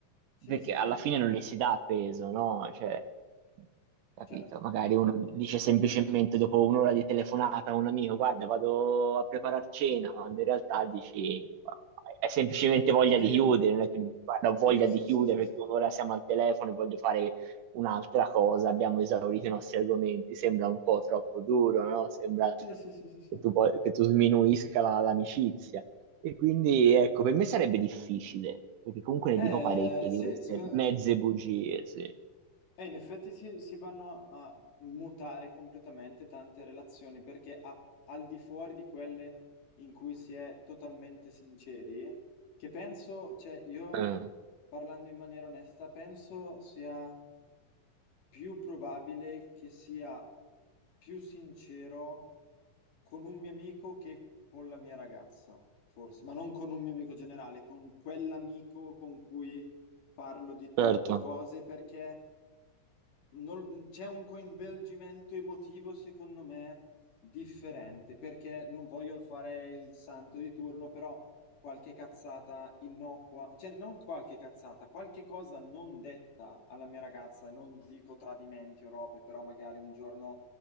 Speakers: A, on the left; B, on the right.
A: Sì,
B: perché
A: sì,
B: alla
A: sì,
B: fine non le si dà peso, no? Cioè, capito?
A: certo.
B: Magari uno dice semplicemente dopo un'ora di telefonata a un amico, guarda, vado a preparare cena, quando in realtà dici, "Ma hai semplicemente voglia
A: Sì,
B: di chiudere, non è che dici, guarda, ho voglia
A: sì, sì,
B: di chiudere
A: sì, sì,
B: perché un'ora siamo al telefono e voglio fare un'altra cosa, abbiamo esaurito i nostri argomenti, sembra un po' troppo duro, no? Sembra
A: sì, sì, sì, sì, sì.
B: che tu, poi- che tu sminuisca la- l'amicizia. E quindi, ecco, per me sarebbe difficile, perché comunque ne
A: Eh,
B: dico parecchie
A: sì,
B: di queste
A: secondo
B: mezze bugie,
A: me...
B: sì.
A: E in effetti si, si vanno a mutare completamente tante relazioni perché a- al di fuori di quelle in cui si è totalmente sinceri, che penso, cioè io
B: Eh,
A: parlando in maniera onesta, penso sia più probabile che sia più sincero con un mio amico che con la mia ragazza, forse, ma non con un mio amico generale, con quell'amico con cui parlo di tutto,
B: certo.
A: cose perché non- c'è un coinvolgimento emotivo, secondo me, differente, perché non voglio fare il santo di turno, però qualche cazzata innocua, cioè non qualche cazzata, qualche cosa non detta alla mia ragazza, e non dico tradimenti o robe, però magari un giorno